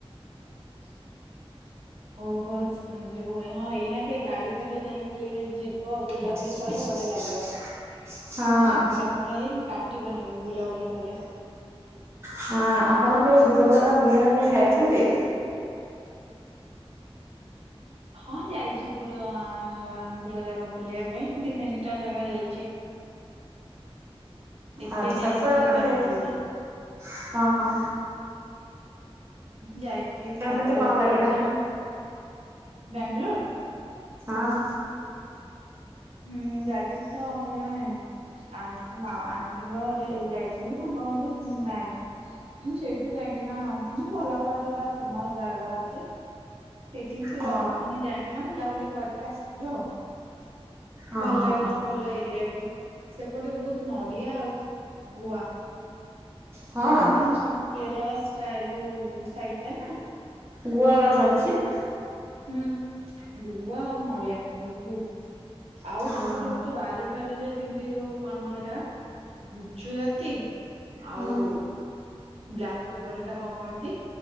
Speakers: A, on the right; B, on the right.
A: <inaudible> ଓହୋ ହୁଁ ଯୋଉ ହଁ ଏଇନାକେ ଗାଡି ଫାଡି ଯାଇକି ଖାଲି ଯିବ ବୁଲାବୁଲି
B: <inaudible>
A: କରିବ ବଢିଆ ଲାଗିବ
B: ହଁ।
A: ମାନେ ଖରା ଫରା ହେଇନି କାଟିବନି ବି ବୁଲାବୁଲି କଲେ।
B: ହଁ ଆପଣ କୋଉ ଦୂର ଜାଗା ବୁଲିବା ପାଇଁ ଯାଇଛନ୍ତି?
A: ହଁ ଯାଇଛି ପୁରା ଦୂର ଜାଗା ବୁଲିବା ପାଇଁ ଦି ତିନିଟା ଜାଗା ଯାଇଛି। ଏବେ
B: ଆଚ୍ଛା
A: ଯାଇଥିଲି
B: କୁଆଡେ କୁଆଡେ
A: ବାଙ୍ଗଲୋର୍।
B: ଯାଇଥିଲେ? ହଁ ହଁ।
A: ଯାଇଛି
B: କେମିତି
A: ହାଇଦ୍ରାବାଦ
B: କଣ
A: ଯାଇଛି
B: ଲାଗିଲା?
A: ବ୍ୟାଙ୍ଗଲୋର୍।
B: ହଁ।
A: ହୁଁ ଯାଇଥିଲି ତ ଆମ ଜଣେ ଆଣ୍ଟି ମା ଆଣ୍ଟିଙ୍କ ଘରେ ଯାଇଥିଲୁ ତାଙ୍କ ଘରେ ମ୍ୟାଙ୍ଗ ହଁ ସେଇଠୁ ଯାଇକିନା ଭଲ ଭଲ ଯୋଉଟା ଫେମସ ଜାଗା ଅଛି। ସେଇଠିକି ର
B: ହଁ
A: ମାନେ ଯାଇକିନା ବୁଲାବୁଲି କରିକି ଆସିଥିଲୁ ଆଉ।
B: ହଁ
A: ଭଲ ଲାଗିଲା
B: ହଁ ହଁ
A: ଭଲ ଏରିଆ ବି ସେପଟେ ବହୁତ ନଡିଆ ଆଉ ଗୁଆ।
B: ହଁ
A: ମାନେ ତାଙ୍କ ସବୁ କେରଳ ଷ୍ଟା- ଯୋଉ ସାଇଡ୍ ଟା ନା।
B: ଗୁଆ ଗଛ ଅଛି।
A: ହୁଁ ଗୁଆ ଆଉ ନଡିଆ ବହୁତ୍ ଆଉ
B: ହଁ
A: ତାଙ୍କର
B: ହଁ
A: ହଉଛି ବା ପରିବାରରେ ଯେମିତି ଯୋଉ କଣ ମ ଏଇଟା ଗୁଜୁରାତି। ଆଉ
B: ହୁଁ
A: ବ୍ଲାକ୍ ପେପର ଏଟା କଣ କହନ୍ତି